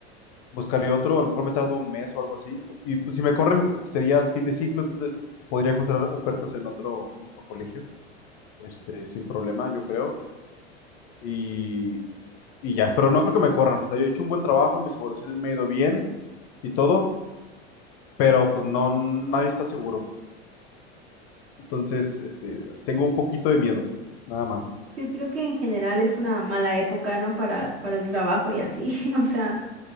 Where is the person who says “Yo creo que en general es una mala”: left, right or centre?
Right